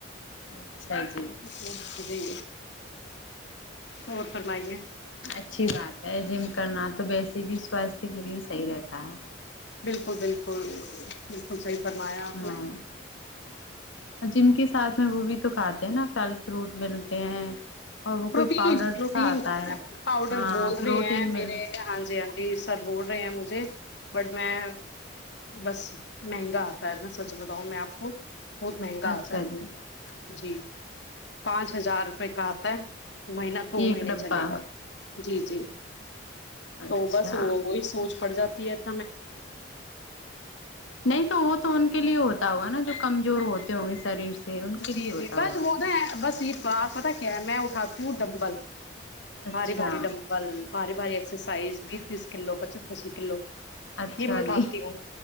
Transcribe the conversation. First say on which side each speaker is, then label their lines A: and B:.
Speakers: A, on the left; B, on the left.
A: اچھا جی
B: جچ ج جی اور فرمائی ہے
A: اچھی بات ہے جم کرنا تو ویسے بھی سواستھ کے لیے صحیح رہتا ہے
B: بالکل بالکل بالکل صحیح فرمایا آپ
A: ہاں
B: نے
A: جم کے ساتھ میں وہ بھی تو کھا نہ پہل فروٹ ملتے ہیں اور وہ
B: پروین
A: کوئی پاؤڈر
B: پروین
A: سا آتا
B: کھانا ہے پاؤڈر
A: ہاں
B: بول
A: پروٹین
B: رہے ہیں
A: مل
B: میرے ہاں جی ہاں جی سب بول رہے ہیں مجھے بٹ میں بس مہنگا آتا ہے ن سوچ بتاؤں میں آ وہ بہت مہنگا
A: اچھا
B: آ گا ہے
A: جی
B: جی پانچ ہزار روپئے کا آتا ہے مہینہ دو
A: ایک
B: مہینے
A: ڈبہ
B: چلے گا جی جی
A: اچھا
B: تو بس وہ وہی سوچ پڑ جاتا ت
A: نہیں تو وہ تو تو ان کے لیے ہوتا ہوگا نا جو کمزور ہوتے ہوں گے شریر سے ان کے
B: جی
A: لیے ہوتا
B: جی بس
A: ہوگا
B: وہ ن ہے بس یہ بار پت کیا میں اٹھاتی ہوں ڈمبل
A: اچھا
B: بھاری بھاری ڈمکل باری بھاری سائز بیس بیس کلو پچیس پچی کلو
A: اچھا
B: یہ میں اٹھاتی
A: جی
B: ہوں